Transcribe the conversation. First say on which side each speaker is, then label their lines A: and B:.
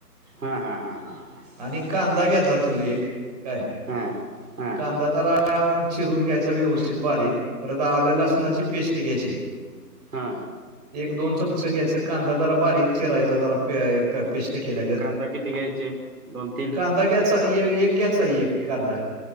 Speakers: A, on the right (about 65°); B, on the right (about 25°).
A: हा हा हा हा हा.
B: आणि कांदा घ्यायचा तो एक काय
A: हां हां
B: कांदा. आ जरा चिरून घ्यायचा व्यवस्थित बारीक परत आले लसणाची पेस्ट घ्यायची.
A: हा
B: एक दोन चमच घ्यायच कांदा जरा बारीक चिरायचा जरा पेस्ट केल्या गेत.
A: या किती घ्यायचे. दोन तीन.
B: कांा घ्यायचा एक घ्यायचा एक करदा